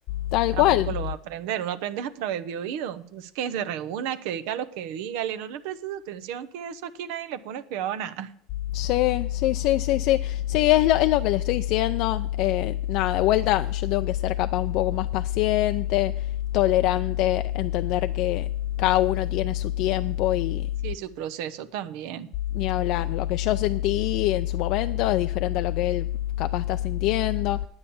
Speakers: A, on the left; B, on the right.
A: Tal
B: Tampoco
A: cual.
B: lo va a aprender, uno aprende a través de oído. Entonces, que se reúna, que diga lo que diga, le no le prestes atención, que eso aquí nadie le pone cuidado a nada. <laughs>
A: Sí, sí, sí, sí, sí. Sí, es lo, es lo que le estoy diciendo. Eh, nada, de vuelta, yo tengo que ser capaz un poco más paciente, tolerante, entender que cada uno tiene su tiempo y
B: Sí, su proceso también.
A: ni hablar. Lo que yo sentí en su momento es diferente a lo que él capaz está sintiendo.